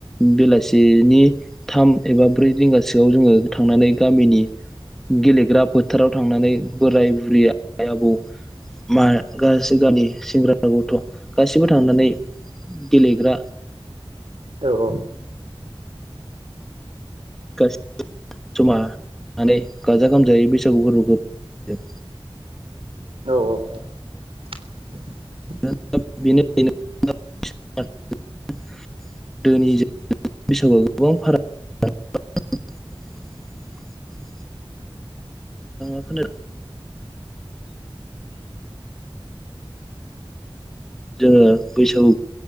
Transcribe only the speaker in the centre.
बेलासिनि थाम एबा ब्रै रिंगासोआव जोङो थांनानै गामिनि गेलेग्रा फोथाराव थांनानै बोराय-बुरै, आइ आबौ मा गासै गामि सेंग्रासा गथ' गासिबो थांनानै गेलेग्रा
गासिबो जमा थांनानै गाजा-गोमजायै बैसागु फोरबोखौ फालियो।
<unintelligible> बैसागआव गोबां फाराग <unintelligible> आङो खोनादों। जोङो बैसागु